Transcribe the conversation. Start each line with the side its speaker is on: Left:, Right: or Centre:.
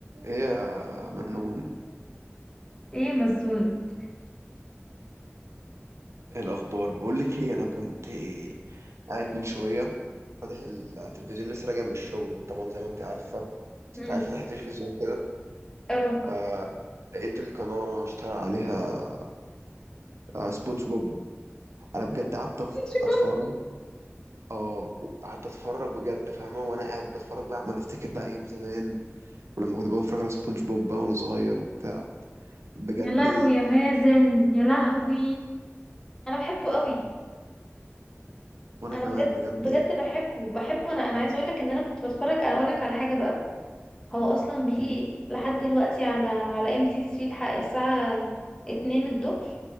Right: ايه يا منون
Left: ايه مسجون
Right: ايه الاخبار بقول لك ايه انا كنت قاعد من شويه فاتح التلفزيون لسه راجع من الشغل طبعا زي ما انت عارفه
Left: امم
Right: فقاعد فاتح التلفزيون كده
Left: اه <laughs>
Right: آه لقيت القناه اشتغل عليها آه سبونج بوب انا بجد قعدت أف-
Left: شباب
Right: اتفرج اه قعدت اتفرج بجد فاهمه وانا قاعد بتفرج بقى عمال افتكر بقى ايام زمان ولما كنت بتفرج على سبونج بوب بقى وانا صغير وبتاع بجد
Left: يا لهوي يا مازن يا لهوي انا بحبه قوي
Right: وانا
Left: انا
Right: كمان
Left: بجد
Right: بجد
Left: بجد
Right: يعني
Left: بحبه بحبه انا انا عايزه اقول لك ان انا كنت بتفرج انا اقول لك على حاجه بقى هو اصلا بيجي
Right: مم،
Left: لحد دلوقتي على على ام بي سي 3 الحق الساعه 2 الظهر